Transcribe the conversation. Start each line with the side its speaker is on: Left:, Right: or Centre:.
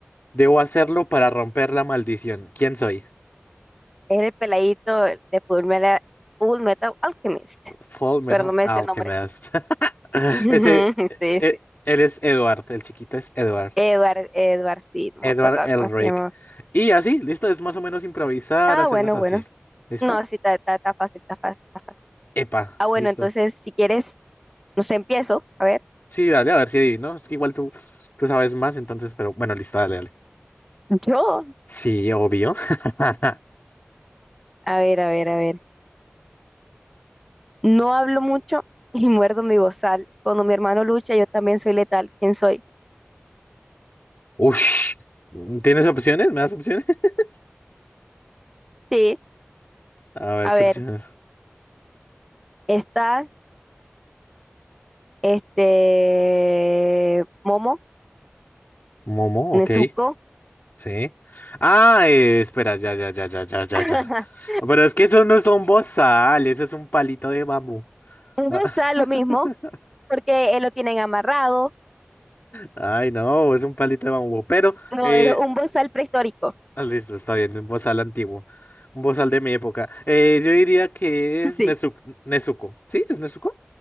Left: Debo hacerlo para romper la maldición. ¿Quién soy?
Centre: es el peladito de Full Metal, Full Metal Alchemist,
Left: Full Metal
Centre: pero no me
Left: Alchemist.
Centre: sé el nombre.
Left: <laughs>
Centre: <laughs>
Left: Ese,
Centre: Sí,
Left: eh,
Centre: sí.
Left: él es Edward, el chiquito es Edward.
Centre: Edward, Edward, sí, no
Left: Edward
Centre: me acuerdo
Left: Elric.
Centre: cómo se llamaba.
Left: Y así, listo, es más o menos improvisar,
Centre: Ah,
Left: hacerlas
Centre: bueno,
Left: así.
Centre: bueno.
Left: ¿Listo?
Centre: No, sí, está, está, está fácil, está fácil, está fácil.
Left: Epa,
Centre: Ah, bueno,
Left: listo.
Centre: entonces si quieres, no sé, empiezo. A ver,
Left: Sí, dale, a ver si ahí, ¿no? Es que igual tú, tú sabes más, entonces, pero bueno, listo, dale, dale.
Centre: yo,
Left: Sí, obvio. <laughs>
Centre: a ver, a ver, a ver. No hablo mucho <laughs> y muerdo mi bozal. Cuando mi hermano lucha, yo también soy letal. ¿Quién soy?
Left: Ush. ¿Tienes opciones? ¿Me das opciones? <laughs>
Centre: Sí.
Left: A ver,
Centre: A
Left: ¿qué
Centre: ver,
Left: opciones?
Centre: está este Momo,
Left: Momo, ok.
Centre: Nezuko.
Left: Sí. Ah, eh, espera, ya, ya, ya, ya, ya, ya,
Centre: <laughs>
Left: ya. Pero es que eso no es un bozal, eso es un palito de bambú.
Centre: Un
Left: Ah.
Centre: bozal,
Left: <laughs>
Centre: lo mismo, porque él lo tienen amarrado.
Left: Ay, no, es un palito de bambú. Pero,
Centre: No,
Left: eh,
Centre: es un bozal prehistórico.
Left: Ah, listo, está bien, un bozal antiguo. Un bozal de mi época. Eh, yo diría que
Centre: <laughs>
Left: es
Centre: Sí,
Left: Nezu- Nezuko. ¿Sí? ¿Es Nezuko?